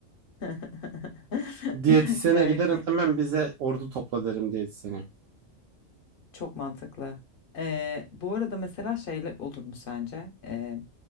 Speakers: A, on the left; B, on the right.
A: <laughs>
B: Diyetisyene
A: Gayet
B: giderim
A: iyi.
B: hemen bize ordu topla derim diyetisyene.
A: Çok mantıklı. Ee, bu arada mesela şeyle olur mu sence? Ee,